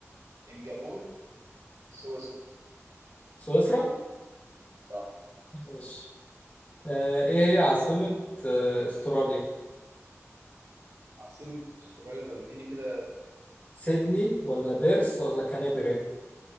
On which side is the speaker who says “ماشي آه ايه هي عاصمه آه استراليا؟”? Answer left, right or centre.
Left